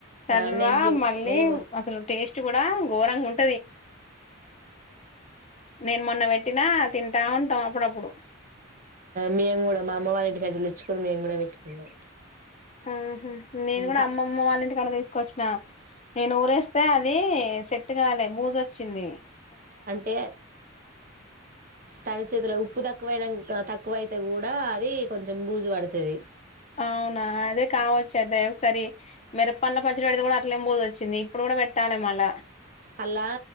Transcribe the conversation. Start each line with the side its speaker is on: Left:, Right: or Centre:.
Left: చల్వా
Right: ఆ నెయ్యి
Left: మళ్ళీ
Right: నెయ్యి
Left: అసలు టేస్ట్ కూడా గోరంగా ఉంటే నేను మొన్న పెట్టినా తింటా ఉంటాం అప్పుడప్పుడు
Right: మేం కూడా మా అమ్మ వాళ్ళ ఇంటి కానుంచెల్లి తెచ్చుకొని మేము కూడా పెట్టుకున్నాం
Left: ఆహ నేను కూడా
Right: త
Left: అమ్మమ్మ వాళ్ళ ఇంటి కడ తీసుకొచ్చిన నేను ఊరేస్తే అది సెట్ కాలే బూజొచింది
Right: అంటే తడి చేతిలో ఉప్పు తక్కువయినంకా తక్కువయితే కూడా అది కొంచెం బూజు పడుతది
Left: అవునా అదే కావచ్చు అయితే ఒకసారి మిరపండ్ల పచ్చడ పెడితే కూడా అట్లేనే బూజొచింది చింది ఇప్పుడు కూడా పెట్టాలే మళ్ల
Right: అల్లా